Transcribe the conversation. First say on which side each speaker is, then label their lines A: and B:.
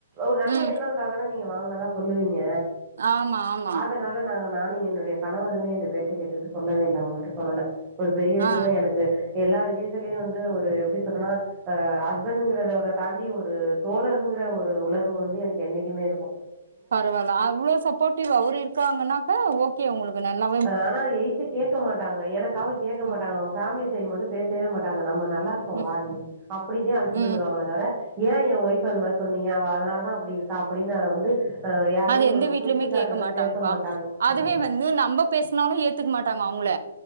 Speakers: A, on the right; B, on the right.
A: ஒரு நல்ல
B: ம்
A: எண்ண வந்தா தான நீங்க வாங்குனதா சொல்லுவீங்க
B: ஆமா ஆமா
A: அதனால நாங்க நானு என்னுடைய கணவருமே இந்த பேச்ச கேட்டுக்கிட்டு சொல்லவே இல்ல அவுங்கள்ட்ட சொல்லல ஒரு பெரிய விஷய
B: ஆ
A: எனக்கு எல்லா விஜியத்துலயு வந்து ஒரு எப்டி சொல்றன்னா ஆ ஹஸ்பண்ட்ங்கிறத தாண்டி ஒரு தோழருங்கிற ஒரு உணர்வு வந்து எனக்கு என்னைக்குமே இருக்கு
B: பரவால்ல அவ்ளோ சப்போட்டிவ் அவுரு இருக்காங்கன்னாக்கா ஓகே உங்களுக்கு நல்லா
A: ஆனா எய்த்து கேக்க மாட்டாங்க எனக்காக கேக்க மாட்டாங்க
B: ம்
A: அவுங்க ஃபேமிலி சைடு மட்டு பேசவே மாட்டாங்க நம்ம ந என்னா இப்ப
B: ம்
A: வா நீ அப்டிதே அழச்சிட்டு
B: ம்
A: வந்துருவாங்கள தவர ஏ என் ஒய்ஃப அது மாரி சொன்னீங்க அவ அதனாலதா அப்டி இருக்கா அப்டின்னு அத வந்து அ யாரையும்
B: அது எந்த வீட்லயுமே
A: குத்தி காட்டுறத
B: கேக்க மாட்டாங்கப்பா
A: பேச மாட்டாங்க.
B: அதுவே
A: அ.
B: வந்து நம்ப பேசுனாலு ஏத்துக்க மாட்டாங்க அவுங்கள